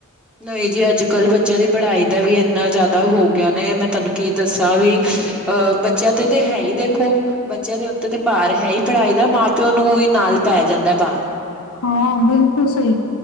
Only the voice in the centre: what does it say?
ਨਈ ਜੀ ਅੱਜ-ਕੱਲ੍ਹ ਬੱਚੇਆਂ ਦੀ ਪੜ੍ਹਾਈ ਦਾ ਵੀ ਏਨਾ ਏਂਨਾ ਜ਼ਾਦਾ ਹੋ ਗੇਆ ਨੇ ਮੈਂ ਤਾਨੂੰ ਕੀ ਦੱਸਾਂ ਵੀ ਅਹ ਬੱਚੇਆਂ ਤੇ-ਤੇ ਹੈ ਈ ਦੇਖੋ। ਬੱਚੇਆਂ ਦੇ ਉੱਤੇ ਤੇ ਭਾਰ ਹੈ ਈ ਪੜ੍ਹਾਈ ਦਾ, ਮਾਂ-ਪਿਓ ਨੂੰ ਓਵੀ ਨਾਲ ਪੈ ਜਾਂਦਾ ਭਾਰ।